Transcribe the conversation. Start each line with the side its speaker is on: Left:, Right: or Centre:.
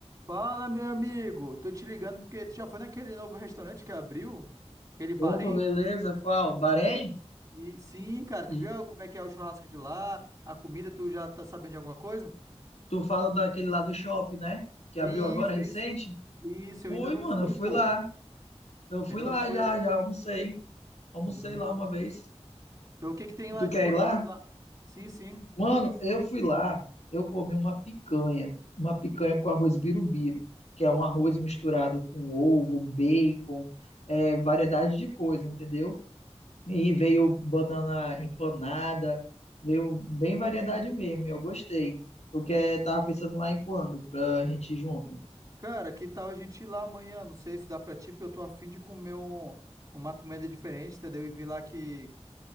Right: Fala, meu amigo. Tô te ligando porque tu já foi naquele novo restaurante que abriu, aquele Bahrein?
Left: Opa, beleza? Qual? Bahrein?
Right: E sim, cara, tu
Left: E
Right: viu como é que é o churrasco de lá, a comida, tu já tá sabendo de alguma coisa?
Left: Tu fala daquele lá do shopping, né? Que abriu
Right: Isso,
Left: agora recente?
Right: isso. Isso,
Left: Fui,
Right: eu ainda não
Left: mano,
Right: fui,
Left: eu fui
Right: pô.
Left: lá. Eu fui
Right: Eu ainda
Left: lá
Right: não fui.
Left: já, já almocei. Almocei
Right: Hum.
Left: lá uma vez.
Right: Então, O que que tem lá
Left: Tu
Right: de
Left: quer
Right: bom
Left: ir
Right: de
Left: lá?
Right: comida lá? Sim, sim.
Left: Mano, eu fui lá. Eu comi uma picanha. Uma picanha com arroz birubiru, que é um arroz misturado com ovo, bacon, é, variedade de coisa, entendeu? E veio banana empanada, veio bem variedade mesmo, e eu gostei. Tu quer, tava pensando lá em quando, pra gente ir junto?
Right: Cara, que tal a gente ir lá amanhã? Não sei se dá pra ti, porque eu tô afim de comer um- uma comida diferente, entendeu? E vi lá que